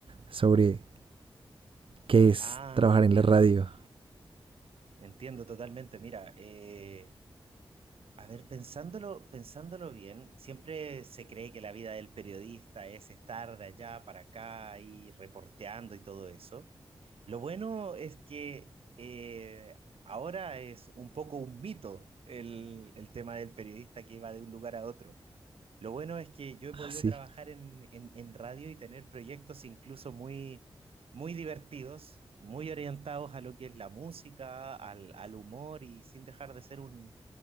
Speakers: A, on the right; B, on the right.
A: sobre qué es
B: Ah,
A: trabajar
B: entiendo,
A: en la radio.
B: entiendo totalmente. Mira, eh, a ver, pensándolo, pensándolo bien, siempre se cree que la vida del periodista es estar de allá para acá y reporteando y todo eso. Lo bueno es que eh, ahora es un poco un mito el, el tema del periodista que va de un lugar a otro. Lo bueno es que yo he podido
A: Ah, Sí,
B: trabajar en, en, en radio y tener proyectos incluso muy, muy divertidos, muy orientados a lo que es la música, al, al humor y sin dejar de ser un,